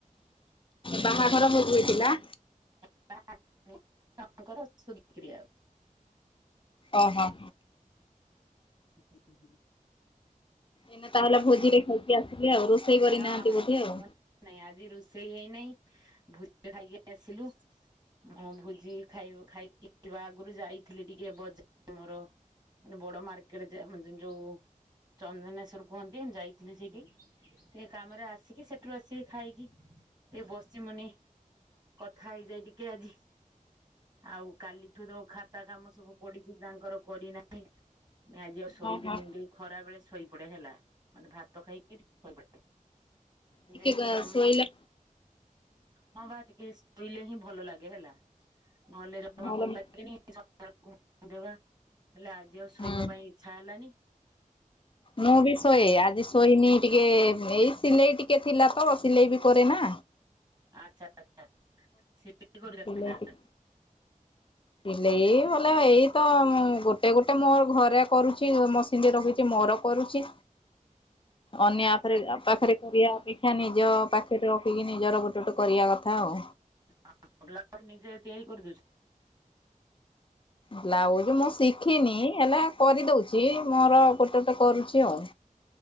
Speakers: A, on the left (about 40°); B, on the right (about 30°).
A: ବାହାଘର ଭୋଜି ହେଇଥିଲା?
B: <unintelligible> ଙ୍କର ସୁଧିକିୟା।
A: ଅ ହ।
B: <unintelligible>
A: ଏନା ତାହେଲେ ଭୋଜିରେ ଖାଇକି ଆସିଲେ ଆଉ ରୋଷେଇ କରିନାହାନ୍ତି
B: ହଁ ହଁ।
A: ବୋଧେ ଆଉ।
B: ନାଇଁ ଆଜି ରୋଷେଇ ହେଇନାହିଁ ଭୁଜି ରେ ଖାଇକି ଆସିଲୁ। ମୁଁ ଭୋଜି ଖାଇବୁ ଖାଇକି ଯିବା ଆଗରୁ ଯାଇଥିଲି ଟିକେ ବଜାର ମୋର। ମାନେ ବଡ ମାର୍କେଟ ଯା ଯୋଉ ଚନ୍ଦନେଶ୍ଵର କୁହନ୍ତି ଯାଇଥିଲି ସେଇଠି। ଟିକେ କାମରେ ଆସିକି ସେଠୁ ଆସିକି ଖାଇକି ଟିକେ ବସଚି ମୁନି। କଥା ହେଇଯାଏ ଟିକେ ଆଜି। ଆଉ କାଲିଠୁ ଯୋଉ ଖାତା କାମ ସବୁ ପଡିଛି ତାଙ୍କର କରିନା। ଆଜି ଆଉ ଶୋଇବିନି
A: ହଁ ହଁ
B: ଟିକେ ଖରା ବେଳେ ଶୋଇପଡେ ହେଲା ମାନେ ଭାତ ଖାଇକିରି। ଯେହେତୁ
A: ଟିକେ
B: କାମ।
A: ଶୋଇଲା
B: ହଁ ବା ଟିକେ ଶୋଇିଲେ ହିଁ ଭଲ ଲାଗେ ହେଲା ନହେଲେ ଜମା
A: ନହେଲେ
B: ଭଲ ଲା <unintelligible> ଦବା ହେଲେ ଆଜି ଆଉ
A: ହୁଁ।
B: ଶୋଇବା ପାଇଁ ଇଚ୍ଛା ହେଲାନି।
A: ମୁଁ ବି ଶୋଏ ଆଜି ଶୋଇନି ଟିକେ ଏଇ ସିଲେଇ ଟିକେ ଥିଲା ତ ସିଲେଇ ବି କରେ ନା।
B: ଆଚ୍ଛା ଆଛା <unintelligible>
A: ସିଲେଇ ଟିକେ ସିଲେଇ ହେଲା ଏଇ ତ ମୁଁ ଗୋଟେ ଗୋଟେ ମୋ ଘରେ କରୁଛି ମସିନ୍ ରଖିଛି ମୋର। କରୁଛି ଅନ୍ୟା
B: ଆଚ୍ଛା
A: ଆପ୍ ରେ ପାଖରେ କରିବା ଅପେକ୍ଷା ନିଜ ପାଖରେ ରଖିକି ନିଜର ଗୋଟେ ଗୋଟେ କରିବା କଥା ଆଉ।
B: <inaudible> ପିଲା ପାଇଁ ନିଜେ ତିଆରି କରି ଦଉଛୁ।
A: ବ୍ଲାଉଜ ମୁଁ ଶିଖିନି ହେଲା କରିଦଉଛି ମୋର ଗୋଟେ ଗୋଟେ କରୁଛି ଆଉ।